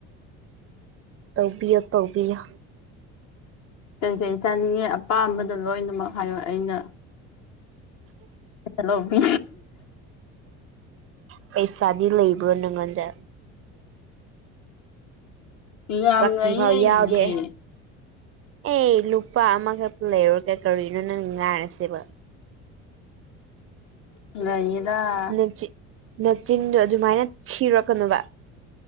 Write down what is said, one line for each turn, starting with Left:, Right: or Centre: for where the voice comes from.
Right: ꯇꯧꯕꯤꯌꯣ ꯇꯧꯕꯤꯌꯣ
Left: ꯀꯩꯀꯩ ꯆꯥꯅꯤꯡꯉꯦ ꯑꯄꯥꯝꯕꯗꯣ ꯂꯣꯏꯅꯃꯛ ꯍꯥꯏꯌꯣ ꯑꯩꯅ ꯍꯂꯣꯕꯤ
Right: ꯄꯩꯁꯥꯗꯤ ꯂꯩꯕ꯭ꯔꯣ ꯅꯪꯉꯣꯟꯗ
Left: ꯌꯥꯝ
Right: ꯁꯤꯀꯤ
Left: ꯂꯩꯌꯦ
Right: ꯐꯥꯎ
Left: ꯑꯩꯒꯤꯗꯤ
Right: ꯌꯥꯎꯗꯦ ꯑꯦ ꯂꯨꯄꯥ ꯑꯃꯒ ꯂꯩꯔꯣꯗꯔꯣ ꯅꯪ ꯉꯥꯡꯉꯤꯁꯤꯕ‌ꯣ
Left: ꯂꯩꯗꯥ
Right: ꯅꯆꯤꯟ ꯅꯆꯤꯟꯗꯣ ꯑꯗꯨꯃꯥꯏꯅ ꯊꯤꯔꯛꯀꯅꯣꯕ